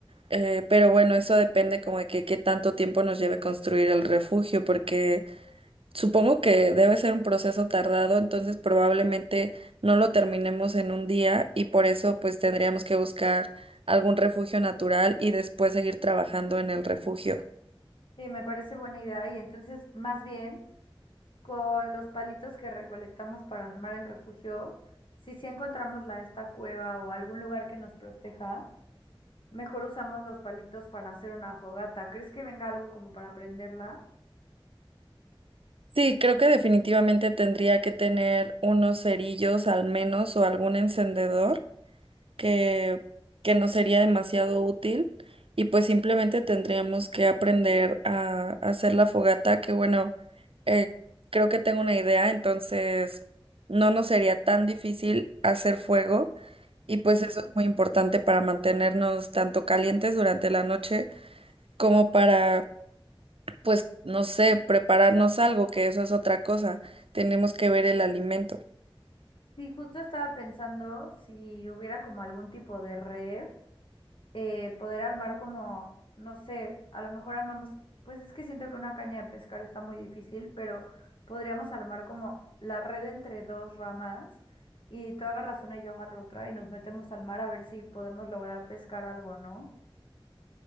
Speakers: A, on the right; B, on the left.
A: Eh, pero bueno, eso depende como de que qué tanto tiempo nos lleve construir el refugio, porque supongo que debe ser un proceso tardado, entonces probablemente no lo terminemos en un día y por eso pues tendríamos que buscar algún refugio natural y después seguir trabajando en el refugio.
B: Sí, me parece buena idea. Y entonces, más bien, con los palitos que recolectamos para armar el refugio, si sí encontramos la esta cueva o algún lugar que nos proteja, mejor usamos los palitos para hacer una fogata. ¿Crees que venga algo como para prenderla?
A: Sí, creo que definitivamente tendría que tener unos cerillos al menos o algún encendedor que, que no sería demasiado útil y pues simplemente tendríamos que aprender a, hacer la fogata que bueno, eh, creo que tengo una idea, entonces no nos sería tan difícil hacer fuego y pues
B: Ok.
A: eso es muy importante para mantenernos tanto calientes durante la noche como para pues, no sé, prepararnos algo, que eso es otra cosa. Tenemos que ver el alimento.
B: Sí, justo estaba pensando si hubiera como algún tipo de red, eh, poder armar como, no sé, a lo mejor armamos, pues es que siento que una caña de pescar está muy difícil, pero podríamos armar como la red entre dos ramas y tú agarras una y yo agarro otra y nos metemos al mar a ver si podemos lograr pescar algo, ¿no?